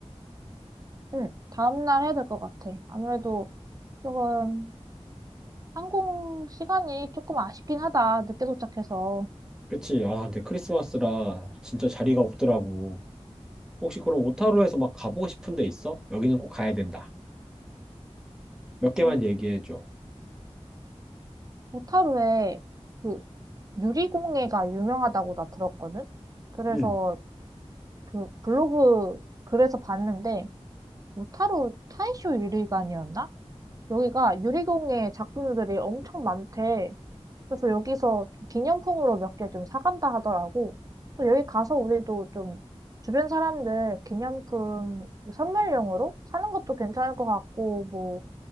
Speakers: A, on the right; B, in the centre.
A: 응, 다음날 해야 될 것 같아. 아무래도 조금 항공 시간이 조금 아쉽긴 하다. 늦게 도착해서.
B: 그치? 아, 근데 크리스마스라 진짜 자리가 없더라고. 혹시 그럼 오타루에서 막 가보고 싶은 데 있어? 여기는 꼭 가야 된다. 몇 개만
A: 음,
B: 얘기해줘.
A: 오타루에 그 유리공예가 유명하다고 나 들었거든? 그래서
B: 음.
A: 그 블로그 글에서 봤는데 오타루 타이쇼 유리관이었나? 여기가 유리공예 작품들이 엄청 많대. 그래서 여기서 기념품으로 몇 개 좀 사간다 하더라고. 그 여기 가서 우리도 좀 주변 사람들 기념품 선물용으로 사는 것도 괜찮을 것 같고 뭐